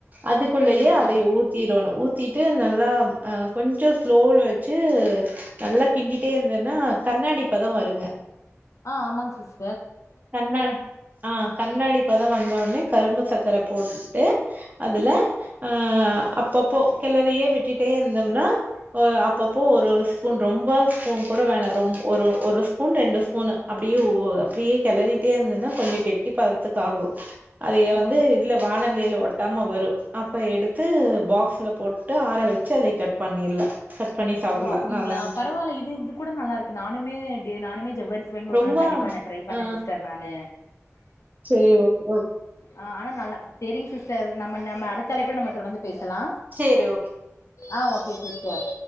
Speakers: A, on the right; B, on the left.
A: அதுக்குள்ளயே
B: சேரிங்க சேரிங்க
A: அதை ஊத்திரோணு ஊ ஊத்திட்டு நல்லா கொஞ்ச ஸ்லோல வச்சு நல்லா கிண்டிட்டே இருந்தேனா கண்ணாடி பதோ வருங்க
B: ஆ ஆமாங் சிஸ்
A: கண்ணா ஆ கண்ணாடி பதோ வந்தோடனே கரும்பு சக்கர போட்டு அதுல ஆ அப்பபோ கெளறியே விட்டுட்டே இருந்தம்னா அப்ப போ ஒரு ஒரு ஸ்பூன் ரொம்ப ஸ்பூன் கூட வேண ரொம் ஒரு ஒரு ஸ்பூன் ரெண்டு ஸ்பூன் அப்டியே ஓ அப்டியே கெளறிட்டே இருந்தனா கொஞ்ச கெட்டி பதத்துக்கு ஆகு அதய
B: ஓ
A: வந்து இதுல வான லில ஒட்டாம வரு அப்ப எடுத்து பாக்ஸ்ல போட்டு ஆற வச்சு அதய கட் பண்ணிர்லா கட் பண்ணி சாப்புட்லா
B: ஓ அப்டிங்ளா
A: நல்லா இருந்துச்சு
B: பரவால்ல இது இது கூட நல்லா இருக்கு நானுமே இப்டி நானுமே ஜவ்வரிசி வாங்கி ஒரு
A: ரொம்ப
B: நாள் கண்டிப்பா நா ட்ரை பண்ணே
A: ஆ
B: சிஸ்டர் நானு
A: செரி ஓகே ஓகே
B: ஆ ஆனா நல்லா சரிங் சிஸ்டர் நம்ம நம்ம அடுத்தழைப்புல நம்ம தொடர்ந்து பேசலா
A: சேரி ஓகே
B: ஆ ஓகே சிஸ்டர்